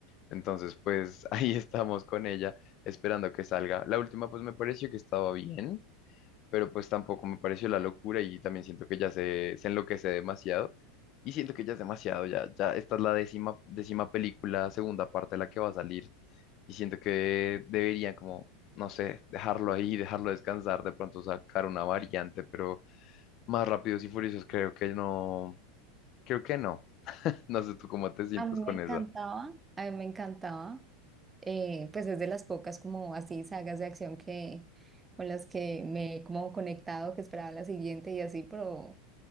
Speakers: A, on the left (about 50°); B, on the right (about 20°).
A: Entonces, pues <laughs> ahí estamos con ella esperando que salga. La última, pues me pareció que estaba bien pero pues tampoco me pareció la locura y también siento que ya se, se enloquece demasiado y siento que ya es demasiado, ya, ya esta es la décima, décima película, segunda parte de la que va a salir y siento que deberían como, no sé, dejarlo ahí, dejarlo descansar, de pronto sacar una variante, pero más rápidos y furiosos creo que no, creo que no, <laughs> no sé tú cómo te sientes
B: A mí
A: con
B: me encantaba,
A: esa.
B: a mí me encantaba. eh, pues es de las pocas como así sagas de acción que con las que me he como conectado, que esperaba la siguiente y así, pero